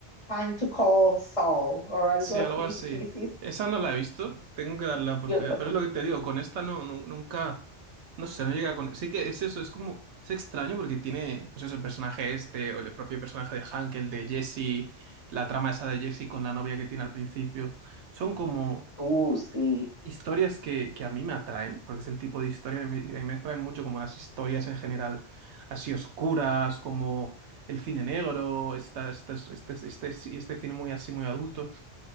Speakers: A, on the left; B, on the right.
A: time to call Saul o algo
B: Sí,
A: así,
B: algo así.
A: sí, sí, sí.
B: Esa no la he visto. Tengo que darle la oportunidad.
A: Yo tampoco.
B: Pero es lo que te digo, con esta no, no- nunca. No sé, no llega con. Sí que es eso, es como. Es extraño porque tiene, pues eso, el personaje este, o el propio personaje de Hank, el de Jesse, la trama esa de Jesse con la novia que tiene al principio. Son como.
A: Uh, sí,
B: historias que, que a mí me atraen, porque es el tipo de historia que me, que me atraen mucho, como las historias en general así oscuras, como el cine negro, esta- estas- este, este, este este cine muy así, muy adulto.